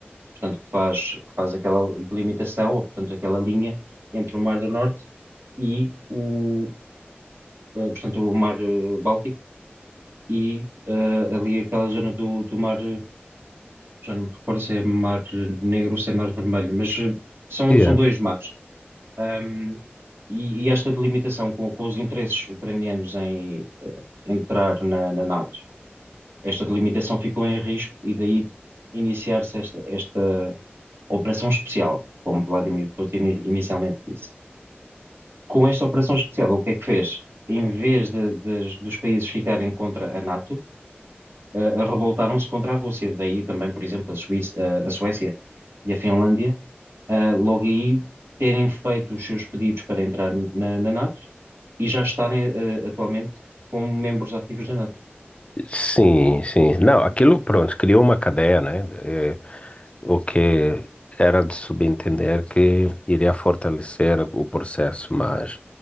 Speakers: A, on the right (about 80°); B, on the left (about 30°).
A: portanto, que faz, que faz aquela delimitação, ou portanto, aquela linha entre o Mar do Norte e o, eh, portanto, o Mar eh, Báltico e eh, ali aquela zona do, do Mar. já não me recordo se é mar negro ou se é mar vermelho, mas eh, são,
B: yeah,
A: são dois mares. Ahm, e, e esta delimitação com, com os interesses ucranianos em eh, entrar na, na NATO, esta delimitação ficou em risco e daí iniciar-se esta, esta operação especial, como Vladimir Putin ini- inicialmente disse. Com esta operação especial, o que é que fez? Em vez de- das- dos países ficarem contra a NATO, eh, revoltaram-se contra a Rússia. Daí também, por exemplo, a Suíça, eh, a Suécia e a Finlândia, eh, logo aí terem feito os seus pedidos para entrar na, na NATO e já estarem, eh, atualmente como membros ativos da NATO.
B: Sim, sim. Não, aquilo pronto, criou uma cadeia, né? É, o que era de subentender que iria fortalecer o processo, mas